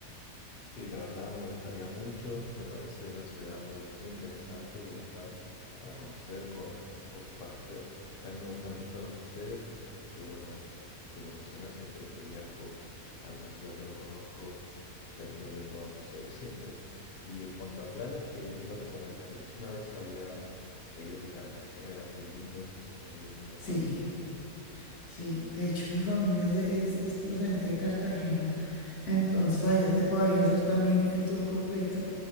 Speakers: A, on the left; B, on the left.
A: Sí, la verdad me gustaría mucho, me parece una ciudad muy, muy interesante, Bogotá, para conocer, con muchas cosas para hacer. También me gustan mucho los museos, así que qué bueno que lo mencionas, siempre que viajo a alguna ciudad que no conozco, termino yendo a museos <laughs> siempre. Y en cuanto a playas, ¿qué, qué me recomendarías? Una vez había leído que Cartagena era muy lindo, que tenía muy lindo
B: Sí.
A: mar.
B: Sí, de hecho mi familia es, de- es, es procedente de Cartagena, entonces allá te podría hacer también el tour completo.